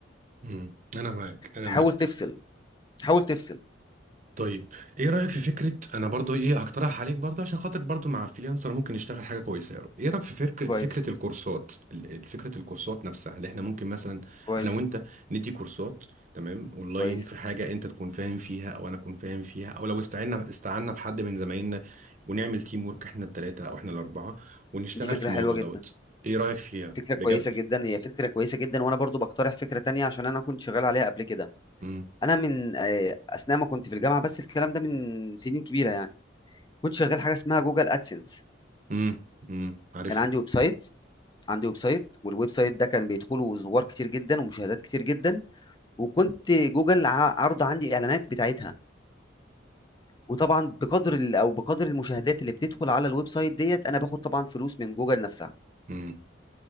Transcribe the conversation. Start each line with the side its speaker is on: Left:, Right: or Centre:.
Right: امم انا معاك انا
Left: فحاول
Right: معاك
Left: تفصل حاول تفصل
Right: طيب ايه رأيك في فكرة انا برضو ايه هقترح عليك برضو عشان خاطر برضو مع الفريلانسر ممكن نشتغل حاجة كويسة يا رب. ايه رأيك في فرق فكرة
Left: كويس
Right: الكورسات ال- ال- فكرة الكورسات نفسها اللي احنا ممكن مثلا
Left: كويس
Right: انا وانت ندي كورسات تمام اونلاين
Left: كويس
Right: في حاجة انت تكون فاهم فيها او انا اكون فاهم فيها او لو استعنا استعنا بحد من زمايلنا ونعمل تيم وورك احنا التلاتة او احنا الاربعة ونشتغل
Left: دي فكره
Right: في الموضوع
Left: حلوه جدا
Right: دوت ايه رأيك فيها
Left: فكره كويسه
Right: بجد
Left: جدا هي فكره كويسه جدا وانا برضو بقترح فكره تانية عشان انا كنت شغال عليها قبل كده
Right: امم
Left: انا من آه، اثناء ما كنت في الجامعه بس الكلام ده من سنين كبيره يعني كنت شغال حاجه اسمها جوجل ادسنس
Right: امم امم عارفها
Left: كان عندي ويب سايت عندي ويب سايت والويب سايت ده كان بيدخله زوار كتير جدا ومشاهدات كتير جدا وكنت جوجل ع- عارضه عندي اعلانات بتاعتها وطبعا بقدر ال- او بقدر المشاهدات اللي بتدخل على الويب سايت ديت انا باخد طبعا فلوس من جوجل نفسها
Right: امم